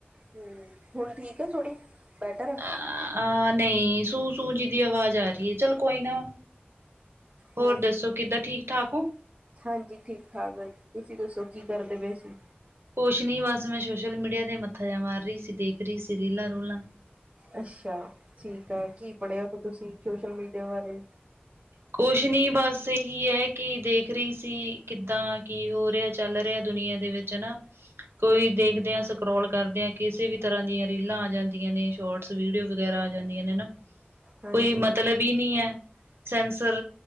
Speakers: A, on the right; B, on the right.
A: ਹੂੰ, ਹੁਣ ਠੀਕ ਹੈ ਥੋੜੀ, ਬੈਟਰ ਆ।
B: ਆਹ ਨਹੀਂ, ਸੂੰ ਸੂੰ ਜੀ ਦੀ ਅਵਾਜ਼ ਆ ਰਹੀ ਹੈ, ਚੱਲ ਕੋਈ ਨਾ। ਹੋਰ
A: ਹਮ
B: ਦੱਸੋ, ਕਿੱਦਾਂ ਠੀਕ-ਠਾਕ ਓ?
A: ਹਾਂਜੀ, ਠੀਕ- ਠਾਕ ਵ--ਤੁਸੀਂ ਦੱਸੋ, ਕੀ ਕਰਦੇ ਪਏ ਸੀ?
B: ਕੋਸ਼ ਨਹੀਂ ਬਸ, ਮੈਂ ਸੋਸ਼ਲ ਮੀਡੀਆ ਤੇ ਮੱਥਾ ਜਾ ਮਾਰ ਰਹੀ ਸੀ, ਦੇਖ ਰਹੀ ਸੀ ਰੀਲਾਂ-ਰੂਲਾਂ।
A: ਅੱਛਾ, ਠੀਕ ਆ। ਕੀ ਪੜ੍ਹਿਆ ਫਿਰ ਤੁਸੀਂ ਸੋਸ਼ਲ ਮੀਡੀਆ ਬਾਰੇ?
B: ਕੋਛ ਨਹੀਂ, ਬਸ ਇਹੀ ਹੈ, ਕਿ ਦੇਖ ਰਹੀ ਸੀ, ਕਿੱਦਾਂ, ਕੀ ਹੋ ਰਿਹਾ। ਚੱਲ ਰਿਹਾ ਦੁਨੀਆਂ ਦੇ ਵਿੱਚ ਹਨਾ। ਕੋਈ ਦੇਖਦੇ ਆਂ, ਸਕਰੋਲ ਕਰਦੇ ਆ, ਕਿਸੇ ਵੀ ਤਰ੍ਹਾਂ ਦੀਆਂ ਰੀਲਾਂ ਆ ਜਾਂਦੀਆਂ ਨੇ, ਸ਼ੌਰਟ। ਵੀਡੀਓ ਵਗੈਰਾ ਆ ਜਾਂਦੀਆਂ ਨੇ ਨਾ,
A: ਹਾਂਜੀ
B: ਕੋਈ ਮਤਲਬ ਹੀ ਨਹੀਂ ਐ। ਸੈਂਸਰ